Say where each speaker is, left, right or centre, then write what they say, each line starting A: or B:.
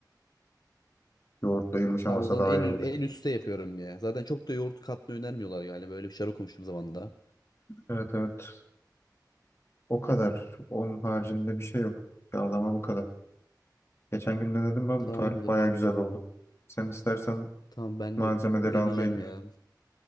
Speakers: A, on the left; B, on the left.
A: Yoğurtla yumuşamasa
B: Tamam o zaman
A: daha
B: en,
A: iyi
B: ü-
A: olur.
B: en üste yapıyorum ya. Zaten çok da yoğurt katmayı önermiyorlar galiba. Böyle bir şey okumuştum zamanında.
A: Evet evet. O kadar. Onun haricinde bir şey yok. Yağlama bu kadar. Geçen gün denedim ben
B: Tamamdır.
A: bu tarif baya güzel oldu. Sen istersen
B: Tamam ben
A: malzemeleri
B: de deneyeceğim
A: almaya git.
B: ya.